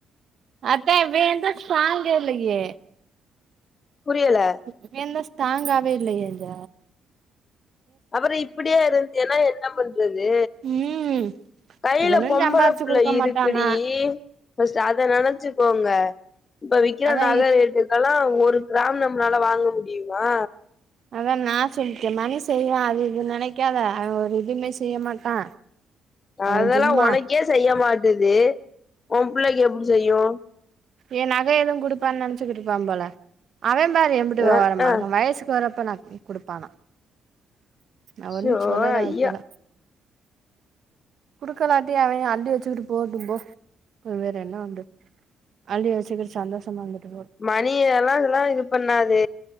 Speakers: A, on the right; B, on the left.
A: அதா இவே எந்தா சாங்கு இல்லயே
B: புரியல
A: அவெந்தா ஸ்தாங்காவே இல்லையங்க
B: அப்புறோ இப்டியே இருந்தியேன்னா என்னா பண்றது
A: ம்
B: கைல
A: இவனு
B: பொம்பள
A: சம்பாரிச்சு
B: புள்ள
A: குடுக்க
B: இருக்குடி
A: மாட்டானா
B: ஃபஸ்ட் அத நெனைச்சுக்கோங்க இப்ப விக்கிற
A: அதா
B: நக
A: இ
B: ரேட்டு க்கெல்லா ஒரு கிராம் நம்மளால வாங்க முடியுமா
A: அதா நா சொல்லிட்டே மணி செய்வா அது இது நினைக்காத அவ ஒரு இதுமே செய்ய மாட்டா அவ
B: அதெல்லா
A: சும்மா
B: ஒனக்கே செய்ய மாட்டுது ஒ புள்ளைக்கு எப்டி செய்யு
A: ஏ நகை எதுவு குடுப்பன்னு நெனச்சுக்குட்டு இருப்பான் போல அவெ பாரு எம்புட்டு
B: அ
A: வெவரமா
B: ஆ
A: இருக்கான் வயசுக்கு வரப்ப நகைய குடுப்பானா நா
B: ஐயோ
A: ஒன்னு சொல்லல
B: ஐயா
A: வைக்கல குடுக்கலாட்டி அவெ அள்ளி வச்சுக்கிட்டு போகட்டும்போ வேற என்ன பண்ற அள்ளி வச்சிக்ட்டு சந்தோஷமா இருந்துட்டு போ
B: மணி எல்லா இதெல்லா இது பண்ணாது